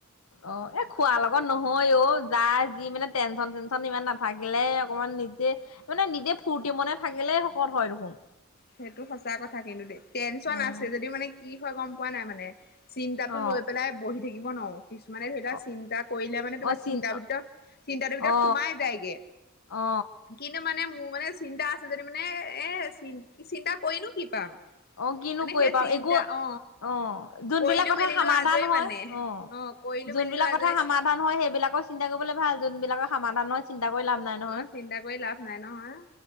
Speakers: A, on the left; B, on the left.
A: অ এ খোৱাৰ লগত নহয় অ যা যি মানে টেনচন চেনচন ইমান নাথাকিলে অকমান নিজে মানে নিজে ফুৰ্তি মনে থাকিলে শকত হয় দেখোন
B: সেইটো সঁচা কথা কিন্তু দেই টেনচন
A: উম
B: আছে যদিও মানে কি হয় গম পোৱা নাই মানে চিন্তা
A: অ
B: টো লৈ পেলাই বহি থাকি ইৱ নোৱৰো <unintelligible> কিছুমানে ধৰি লোৱা
A: অ
B: চিন্তা কৰিলে মানে তোমাৰ
A: অ চিন
B: চিন্ত ভিতৰত চিন্তাটো ভিতৰত
A: অ
B: সোমাই যায়গে
A: অ
B: কিন্তু মানে মোৰ মানে <unintelligible> চিন্তা আছে যে মানে এ চি কি চিন্তা কৰিনো কি পাম
A: অ কিনো
B: মানে
A: কৰি
B: সেই
A: পাম
B: চিন্তা
A: একো
B: অ
A: অ যোনবিলাক
B: কৰিলো
A: কথা
B: মেলিলো
A: সমাধান
B: আজৰি
A: হয়
B: মানে
A: অ
B: কৰিলো
A: যোনবিলাক
B: মেলিলো আজৰি
A: কথা সমাধান হয় সেইবিলাকৰ চিন্তা কৰিবলে ভাল <unintelligible> যোনবিলাকৰ সমাধানৰ চিন্তা <unintelligible> নাই নহয়।
B: অ চিন্তা কৰি লাভ নাই নহয়